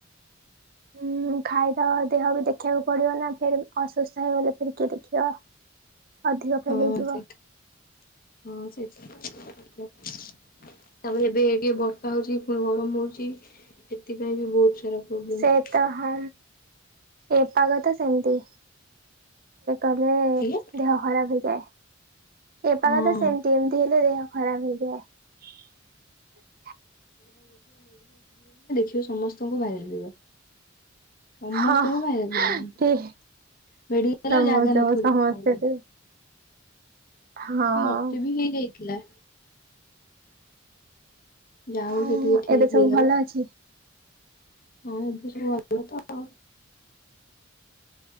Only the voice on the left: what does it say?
ହଁ
ସେଟା <inaudible> ହଁ ସେଟା <inaudible> ତାପରେ ଏବେ ଟିକେ ବର୍ଷା ହଉଛି ପୁଣି ଗରମ ହଉଛି ସେଥିପାଇଁ ବି ବହୁତ ସାରା ପ୍ରୋବ୍ଲେମ
ଆଜ୍ଞା
ହଁ
ଯୋଉ ସମସ୍ତଙ୍କୁ ଭାଇ ହୁଁ <inaudible> ସମସ୍ତଙ୍କୁ
ଭାଇରାଲ
<inaudible> ମେଡିକାଲ୍
ଜାଗା ନଥିବ
ଲୋକଙ୍କ ପାଇଁ।
ମତେ ବି ହେଇଯାଇ ଥିଲା ଯା ହଉ
ସେ ଟିକେ ଠିକ
ହେଇଗଲା।
ହଁ ଏବେ ସବୁ ଭଲ ତ ଆଉ ।